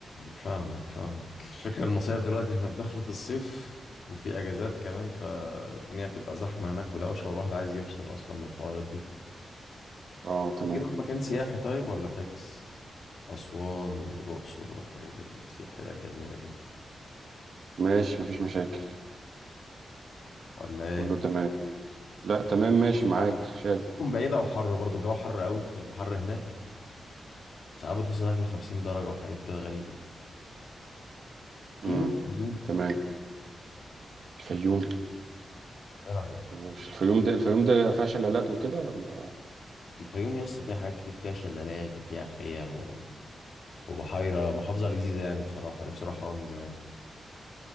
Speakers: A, on the left (about 65°); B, on the right (about 65°).
A: فاهمك فاهمك الفكره المصايف دلوقتي احنا في دخلة الصيف وفي اجازات كمان فالدنيا هتبقى زحمه هناك ودوشه والواحد عايز يفصل اصلا من الحوارات دي
B: اه تمام
A: تيجي نروح مكان سياحي طيب ولا فاكس أسوان والأقصر والحاجات السياحية الجميلة دي
B: ماشي مفيش مشاكل
A: ولا إيه؟
B: كله تمام لا تمام ماشي
A: بص،
B: معاك شادي
A: تكون بعيدة وحر برضو الجو حر قوي هيبقى حر هناك ساعات بتوصل هناك لخمسين درجة وحاجات كده غريبة تيجي
B: امم
A: تروح الفيوم
B: تمام الفيوم
A: إيه رأيك؟
B: هو الفيوم ده الفيوم ده فيها شلالات وكده ولا
A: الفيوم يسطا فيها حاجات كتير فيها شلالات وفيها خيم و... وبحيرة محافظة لذيذة يعني بصراحة نفسي أروحها أوي من زمان